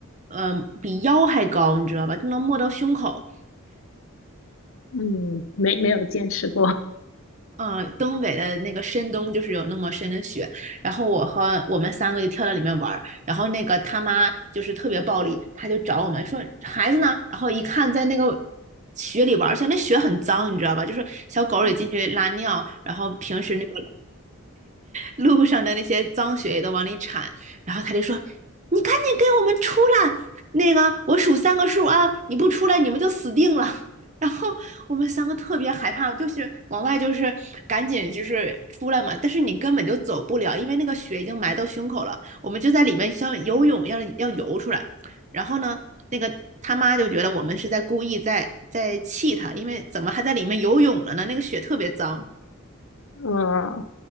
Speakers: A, on the right; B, on the left.
A: 嗯、呃比腰还高，你知道吧？就能没到胸口。
B: 嗯，没没有见识过。
A: 嗯，东北的那个深冬就是有那么深的雪，然后我和我们三个就跳到里面玩儿，然后那个他妈就是特别暴力，他就找我们说孩子呢，然后一看在那个雪里玩儿去，而且那雪很脏，你知道吧？就是小狗也进去拉尿，
B: <laughs>
A: 然后平时那个路上的那些脏血也都往里铲，然后他就说：“你赶紧给我们出来！那个，我数三个数啊，你不出来你们就死定了。<laughs>”然后我们三个特别害怕，就是往外就是赶紧就是出来嘛，但是你根本就走不了，因为那个血已经埋到胸口了。我们就在里面像游泳一样要游出来。然后呢，那个他妈就觉得我们是在故意在在气他，因为怎么还在里面游泳了呢？那个血特别脏。
B: 嗯，